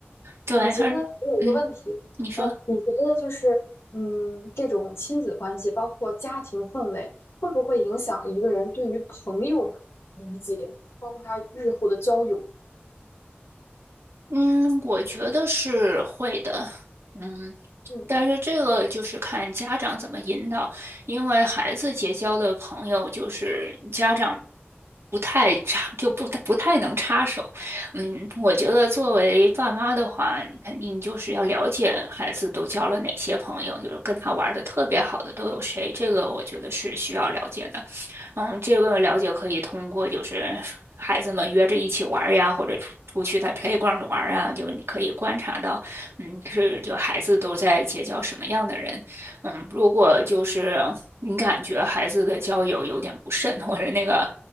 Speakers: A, on the right (about 75°); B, on the left (about 80°).
A: 对，
B: 你觉得我有一个问题，
A: 而嗯，你说。
B: 呃，你觉得就是，嗯，这种亲子关系，包括家庭氛围，会不会影响一个人对于朋友的理解，包括他日后的交友？
A: 嗯，我觉得是会的，嗯，
B: 嗯，
A: 但是这个就是看家长怎么引导，因为孩子结交的朋友就是家长不太插，就不不太能插手。嗯，我觉得作为爸妈的话，你肯定就是要了解孩子都交了哪些朋友，就是跟他玩的特别好的都有谁，这个我觉得是需要了解的。嗯，这个了解可以通过就是孩子们约着一起玩儿呀，或者出出去在 playground 玩儿啊，就是你可以观察到，嗯，是就孩子都在结交什么样的人，嗯，如果就是你感觉孩子的交友有点不慎，或者那个